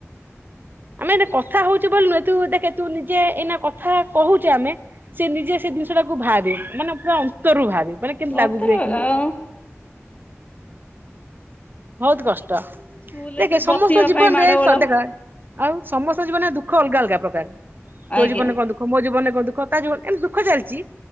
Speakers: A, on the right; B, on the left.
A: ଆମେ ଯଦି ଏ କଥା ହଉଚଛେ ବୋଲି ନୁହେଁ ତୁ ଦେଖେ ତୁ ନିଜେ ଏଇନା କଥା କହୁଛେ ଆମେ ସେ ନିଜେ ସେ ଜିନିଷ ଟାକୁ ଭାବେ ମାନେ ପୁରା ଅନ୍ତରରୁ ଭାବେ ମାନେ କେମତି ଲାଗୁଛି
B: ଅଥର
A: ଦେଖିନୀ।
B: ଆଉ
A: ବହୁତ କଷ୍ଟ
B: ସ୍କୁଲରେ
A: ଦେଖେ
B: ଯୋଉ
A: ସମସ୍ତ
B: ବସିବା
A: ଜୀବନରେ
B: ପାଇଁ ମାଡଗୋଳ
A: ଦେଖ ଆଉଁ ସମସ୍ତଙ୍କ ଜୀବନରେ ଦୁଃଖ ଅଲଗା ଅଲଗା ପ୍ରକାର ତୋ
B: ଆଜ୍ଞା
A: ଜୀବନରେ କଣ ଦୁଃଖ ମୋ ଜୀବନରେ କଁ ମୋ ଦୁଃଖ ତା ଦୁଃଖ ଏମିତି ଦୁଃଖ ଚାଲିଛି।